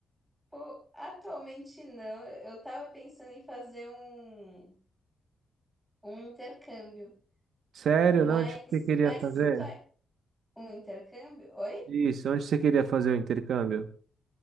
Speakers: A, in the centre; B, on the right.
A: Pô, atualmente não, eu eu tava pensando em fazer um, um intercâmbio.
B: Sério?
A: Mas,
B: Não, onde que você queria
A: mas
B: fazer?
A: se tu é um intercâmbio, oi?
B: Isso, onde você queria fazer o intercâmbio?